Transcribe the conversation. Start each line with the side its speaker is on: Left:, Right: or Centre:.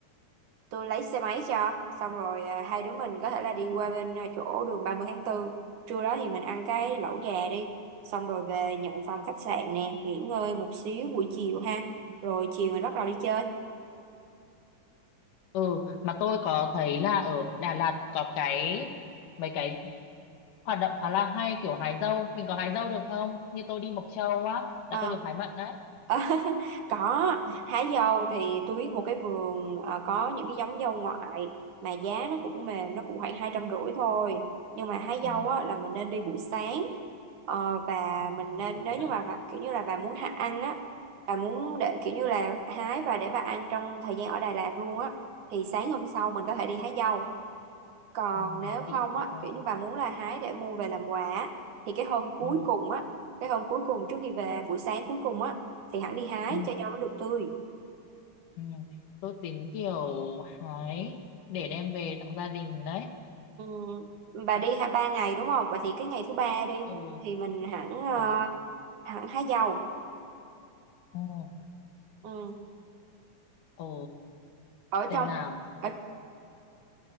Right: tôi lấy xe máy cho xong rồi ờ, hai đứa mình có thể là đi qua bên ờ, chỗ đường 30 tháng 4 trưa đó thì mình ăn cái lẩu gà đi xong rồi về nhận phòng khách sạn nè nghỉ ngơi một xíu buổi chiều ha rồi chiều mình bắt đầu đi chơi
Left: Ừ, mà tôi có thấy là ở Đà Lạt có cái mấy cái hoạt động khá là hay kiểu hái dâu. Mình có hái dâu được không? Như tôi đi Mộc Châu á,
Right: À,
Left: là tôi được hái mận đấy.
Right: À, <laughs> có hái dâu thì tôi biết một cái vườn à, có những cái giống dâu ngoại mà giá nó cũng mềm nó cũng khoảng hai trăm rưỡi thôi nhưng mà hái
Left: Ừ,
Right: dâu á, là mình nên đi buổi sáng Ờ, và
Left: đúng rồi,
Right: mình
Left: đi buổi
Right: nên
Left: sáng
Right: nếu
Left: à?
Right: như mà bà, kiểu như là bà muốn hạ ăn á bà muốn để kiểu như là hái và để bà ăn trong thời gian ở Đà Lạt luôn á thì sáng hôm sau mình có thể đi hái dâu còn
Left: Ừ,
Right: nếu không
Left: đi hái
Right: á
Left: dâu.
Right: kiểu như bà muốn là hái để mua về làm quà á, thì cái hôm cuối
Left: Ừ,
Right: cùng á cái hôm cuối cùng trước khi về buổi sáng cuối cùng á thì hẳn đi hái
Left: ừ,
Right: cho rau nó được tươi
Left: ừ. Tôi tính kiểu hái để đem về tặng gia đình đấy.
Right: ừ. bà đi hả ba ngày đúng không vậy thì cái ngày thứ ba đi
Left: Ừ
Right: thì mình hẳn ờ,
Left: ừ
Right: hẳn hái dầu
Left: ok
Right: ừ.
Left: ờ
Right: ở
Left: xem
Right: trong
Left: nào
Right: ở